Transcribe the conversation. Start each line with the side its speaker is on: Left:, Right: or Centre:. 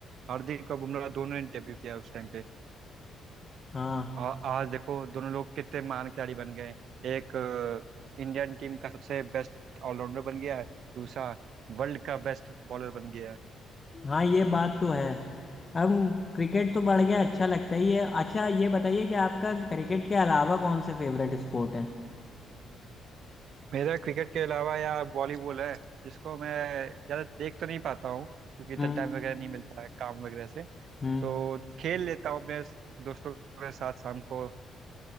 Right: हार्दिक और बुमराह दोनों ने डेब्यू किया उस टाइम पे
Left: हाँ
Right: और आज देखो दोनों लोग कितने महान खिलाड़ी बन गए एक अ, इंडियन टीम का सबसे बेस्ट ऑलराउंडर बन गया है दूसरा वर्ल्ड का बेस्ट बॉलर बन गया है
Left: हाँ ये बात तो है अब क्रिकेट तो बढ़ गया अच्छा लगता है ये अच्छा ये बताइए कि आपका क्रिकेट के अलावा कौन से फेवरेट स्पोर्ट हैं
Right: मेरा क्रिकेट के अलावा यार वॉलीबॉल है जिसको मैं ज़्यादा देख तो नहीं पाता हूँ क्योंकि इतना
Left: हम्म
Right: टाइम वगैरह नहीं मिलता है काम वगैरह से
Left: हम्म
Right: तो खेल लेता हूँ अपने दोस्तों के साथ शाम को